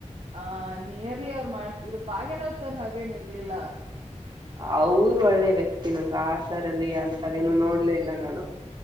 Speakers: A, on the right; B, on the right.
A: ಆ ನಿಯರ್ಲಿ ಅವ್ರು ಮಾಡ್ತಿದ್ರು ಬಾಗೇನವರು ಸರ್ ಹಾಗೇನ್ರ್ಲಿಲ್ಲ
B: ಅವರು ಒಳ್ಳೆ ವ್ಯಕ್ತಿ ನಂಗೆ ಆ ಸರ್ ಲ್ಲಿ ಅಂತದೇನನು
A: ಹ್ಮ್
B: ನೋಡ್ಲ ಇಲ್ಲ ನಾನು